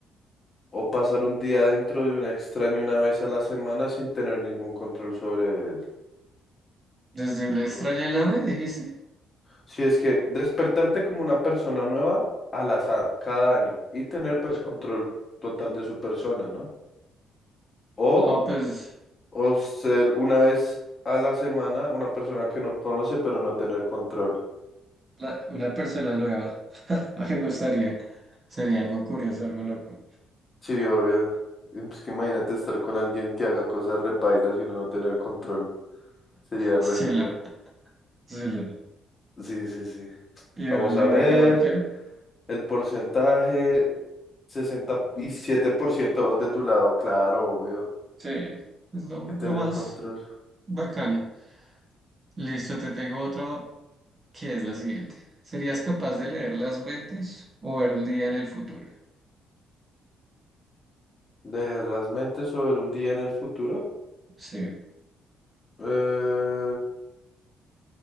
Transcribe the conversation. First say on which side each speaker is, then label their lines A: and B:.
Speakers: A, on the left; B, on the right.
A: o pasar un día dentro de un extraño una vez a la semana sin tener ningún control sobre él.
B: Desde una extraña
A: Uf.
B: nave, dijiste.
A: Si es que despertarte como una persona nueva al azar cada año y tener pues control total de su persona, ¿no? O
B: No, pues
A: O ser una vez a la semana una persona que no conoce, pero no tener control.
B: la- una persona nueva. <laughs> Me gustaría. Sería algo curioso, algo loco.
A: Sí, obvio. Y pues que imagínate estar con alguien que haga cosas repailas y uno no tener control. Sería rejaila.
B: Sí, lo, sí, lo.
A: Sí, sí, sí.
B: ¿Y el
A: Vamos a
B: indicador
A: ver.
B: qué?
A: El porcentaje, 67% de tu lado, claro, obvio.
B: Sí, es lo,
A: Hay que tener
B: lo más
A: control.
B: bacano. Listo, te tengo otra, que es la siguiente. ¿Serías capaz de leer las mentes o ver un día en el futuro?
A: Leer las mentes sobre un día en el futuro.
B: Sí,
A: Eh,